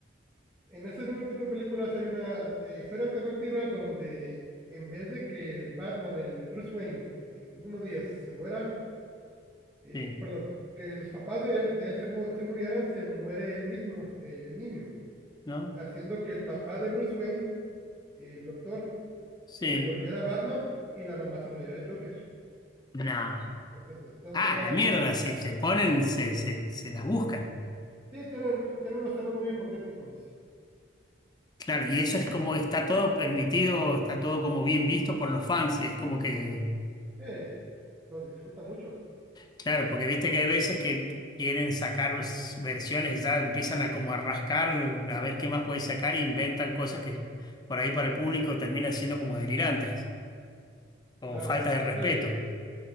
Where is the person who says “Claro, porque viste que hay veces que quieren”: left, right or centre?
Left